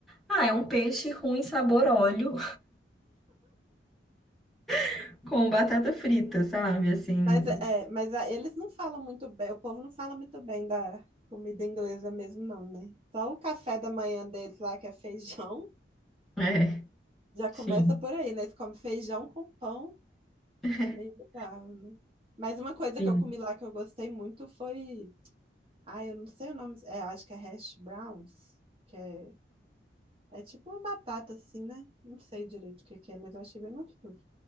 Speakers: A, in the centre; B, on the right.
A: Ah, é um peixe ruim, sabor óleo, <laughs> com batata frita, sabe? Assim,
B: mas é, é, mas a- eles não falam muito bem, o povo não fala muito bem da comida inglesa mesmo, não, né? Só o café da manhã deles lá, que é feijão,
A: é,
B: já começa
A: sim,
B: por aí, né? Eles comem feijão com pão.
A: <laughs>
B: Meio bizarro, né? Mas uma coisa
A: sim.
B: que eu comi lá que eu gostei muito foi. Ah, eu não sei o nome. É, acho que é hash browns, que é, é tipo uma batata assim, né? Não sei direito o que que é, mas eu achei bem gostoso.